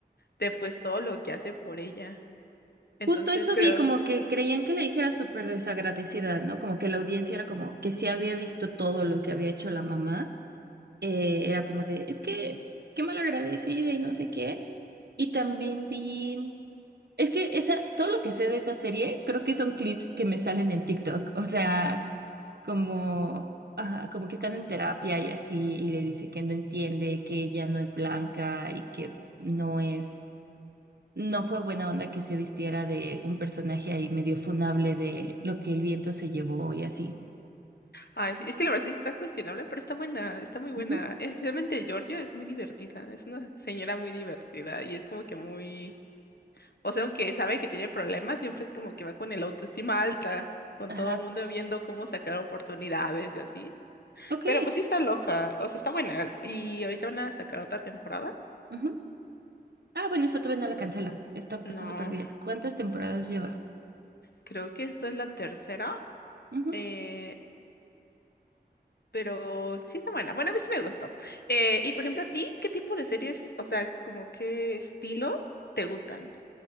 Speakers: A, on the left; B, on the right.
A: de pues todo lo que hace por ella. Entonces,
B: Justo eso
A: pero,
B: vi, como que creían que la hija era súper desagradecida, ¿no? Como que la audiencia era como que sí había visto todo lo que había hecho la mamá. Eh, era como de, es que, qué mal agradecida y no sé qué. Y también vi. Es que esa, todo lo que sé de esa serie, creo que son clips que me salen en TikTok. O sea, como, ajá, como que están en terapia y así, y le dice que no entiende, que ella no es blanca y que no es, no fue buena onda que se vistiera de un personaje ahí medio funable de lo que el viento se llevó y así.
A: ay, sí, es que la verdad sí está cuestionable, pero está buena, está muy buena.
B: Ujú.
A: Especialmente Georgia es muy divertida, es una señora muy divertida y es como que muy O sea, aunque sabe que tiene problemas, siempre es como que va con el autoestima alta, con
B: Ajá,
A: todo el mundo viendo cómo sacar oportunidades y así.
B: ok.
A: Pero pues sí está loca, o sea, está buena. Y ahorita van a sacar otra temporada.
B: Ujú. Ah, bueno, esa todavía no la cancela. Está,
A: No,
B: está súper bien. ¿Cuántas temporadas lleva?
A: creo que esta es la tercera,
B: Ujú.
A: eh, pero sí está buena. Bueno, a mí sí me gustó. Eh, y por ejemplo, ¿a ti qué tipo de series, o sea, como qué estilo te gustan?